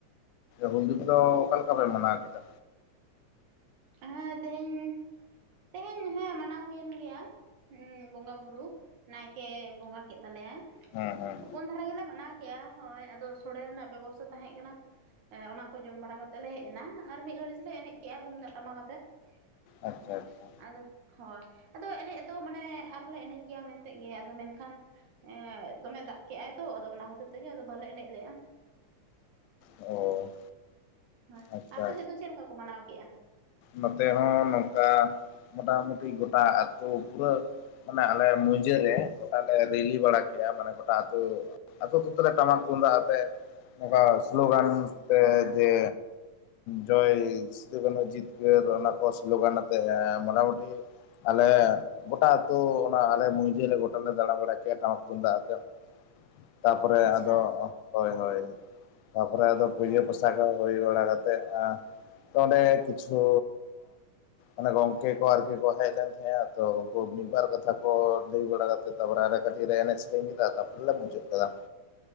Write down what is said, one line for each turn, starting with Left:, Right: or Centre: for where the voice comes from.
Left: ᱦᱚᱞ ᱫᱤᱣᱚᱥ ᱠᱚᱫᱚ ᱚᱠᱟᱮ ᱞᱮᱠᱟ ᱯᱮ ᱢᱟᱱᱟᱣ ᱠᱮᱫᱟ?
Right: ᱦᱮᱸ ᱛᱮᱦᱮᱧ ᱛᱮᱦᱮᱧ ᱦᱮᱸ ᱢᱟᱱᱟᱣ ᱦᱩᱭᱮᱱ ᱜᱮᱭᱟ᱾ ᱦᱮᱸ ᱵᱚᱸᱜᱟ ᱵᱩᱨᱩ ᱱᱟᱭᱠᱮ ᱵᱚᱸᱜᱟ ᱠᱮᱫ ᱛᱟᱞᱮᱭᱟᱭ
Left: ᱦᱮᱸ ᱦᱮᱸ
Right: ᱦᱚᱯᱚᱱ ᱫᱷᱟᱨᱟ ᱜᱮᱞᱮ ᱢᱟᱱᱟᱣ᱾ ᱦᱳᱭ ᱟᱫᱚ ᱥᱚᱲᱮ ᱨᱮᱱᱟᱜ ᱵᱮᱵᱚᱥ ᱛᱟ ᱛᱟᱦᱮᱸ ᱠᱟᱱᱟ᱾ ᱚᱱᱟ ᱠᱚ ᱡᱚᱢ ᱵᱟᱲᱟ ᱠᱟᱛᱮᱜ ᱞᱮ ᱦᱮᱡ ᱮᱱᱟ ᱟᱨ ᱢᱤᱫ ᱜᱷᱲᱤᱡ ᱞᱮ ᱮᱱᱮᱡ ᱠᱮᱜᱼᱟᱩᱢᱫᱟᱜ ᱴᱟᱢ᱾ ᱴᱟᱢᱟᱠ ᱠᱟᱛᱮᱜ
Left: ᱟᱪᱪᱷᱟ
Right: ᱦᱮᱸ
Left: ᱟᱪᱪᱷᱟ
Right: ᱟᱫᱚ ᱦᱳᱭ ᱟᱫᱚ ᱮᱱᱮᱡ ᱫᱚ ᱢᱟᱱᱮ ᱟᱨᱦᱚᱸᱞᱮ ᱮᱱᱮᱡ ᱜᱮᱭᱟ ᱢᱮᱱᱛᱮ ᱜᱮ ᱟᱫᱚ ᱢᱮᱱᱠᱷᱟᱱ ᱮ ᱫᱚᱢᱮ ᱫᱟᱜ ᱠᱮᱫᱮᱜᱟᱭ ᱛᱚ ᱟᱫᱚ ᱚᱱᱟ ᱠᱷᱟᱹᱛᱤᱨ ᱛᱮᱜᱮ ᱟᱫᱚ ᱵᱟᱞᱮ ᱮᱱᱮᱡ ᱞᱮᱼᱟ᱾
Left: ᱚ
Right: ᱦᱳᱭ
Left: ᱟᱪᱪᱷᱟ
Right: ᱟᱯᱮ ᱥᱮᱫ ᱫᱚ ᱪᱮᱫ ᱞᱮᱠᱟ ᱠᱚ ᱢᱟᱱᱟᱣ ᱠᱮᱫᱮᱜᱼᱟ?
Left: ᱱᱚᱛᱮ ᱦᱚᱸ ᱱᱚᱝᱠᱟ ᱢᱚᱴᱟ ᱢᱩᱴᱤ ᱜᱚᱴᱟ ᱟᱹᱛᱩ ᱯᱩᱨᱟᱹ ᱢᱟᱱᱮ ᱟᱞᱮ ᱢᱩᱡᱟᱹᱨᱮ ᱜᱚᱴᱟ ᱞᱮ ᱨᱤᱞᱤ ᱵᱟᱲᱟᱠᱮᱜᱼᱟ ᱢᱟᱱᱮ ᱜᱚᱴᱟ ᱟᱹᱛᱩ ᱟᱹᱛᱩ ᱟᱹᱛᱩ ᱛᱮᱞᱮ ᱴᱟᱢᱟᱠ ᱛᱩᱢᱫᱟᱜ ᱟᱛᱮ ᱱᱚᱝᱠᱟ ᱥᱞᱳᱜᱟᱱ
Right: ᱟᱪᱪᱷᱟ
Left: ᱨᱮ ᱡᱮ ᱡᱚᱭ ᱥᱤᱫᱩ ᱠᱟᱹᱱᱩ ᱡᱤᱛ ᱠᱟᱹᱨ ᱚᱱᱟ ᱠᱚ ᱥᱞᱳᱜᱟᱱ ᱟᱛᱮ ᱢᱚᱴᱟ ᱢᱩᱴᱤ ᱟᱞᱮ ᱜᱚᱴᱟ ᱟᱹᱛᱩ ᱚᱱᱟ ᱟᱞᱮ ᱢᱟᱺᱡᱷᱤ ᱨᱮ ᱜᱚᱴᱟᱞ ᱞᱮ ᱫᱟᱬᱟ ᱵᱟᱲᱟᱭ ᱠᱮᱼᱟ ᱴᱟᱢᱟᱠ ᱛᱩᱢᱫᱟᱜ ᱟᱛᱮ᱾ ᱛᱟᱯᱚᱨᱮ
Right: ᱟᱪᱪᱷᱟ
Left: ᱟᱫᱚ ᱦᱳᱭ ᱦᱳᱭ ᱛᱟᱯᱚᱨᱮ ᱟᱫᱚ ᱯᱩᱭᱡᱟᱹ
Right: ᱦᱚᱸ
Left: ᱯᱟᱥᱟ ᱠᱚ ᱦᱩᱭ ᱵᱟᱲᱟ ᱠᱟᱛᱮᱜ ᱟᱸ ᱚᱸᱰᱮ ᱠᱤᱪᱷᱩ ᱚᱱᱮ ᱜᱚᱝᱠᱮ ᱠᱚ ᱟᱨᱠᱤ ᱠᱚ ᱦᱮᱡ ᱞᱮᱱ ᱛᱟᱦᱮᱸᱼᱟ ᱛᱚ ᱩᱱᱠᱩ ᱢᱤᱫ ᱵᱟᱨ ᱠᱟᱛᱷᱟ ᱠᱚ ᱞᱟᱹᱭ ᱵᱟᱲᱟ ᱠᱟᱛᱮ᱾ ᱛᱟᱯᱚᱨ ᱟᱞᱮ ᱠᱟᱹᱴᱤᱡ ᱨᱮ ᱮᱱᱮᱡ ᱥᱮᱨᱮᱧ ᱠᱮᱫᱟ ᱛᱟᱯᱚᱨ ᱞᱮ ᱢᱩᱡᱟᱹᱫ ᱠᱮᱫᱟ᱾